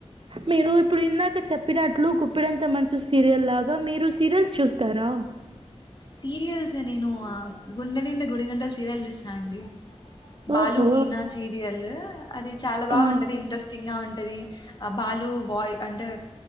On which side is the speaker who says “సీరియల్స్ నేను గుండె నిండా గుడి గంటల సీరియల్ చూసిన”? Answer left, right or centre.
Left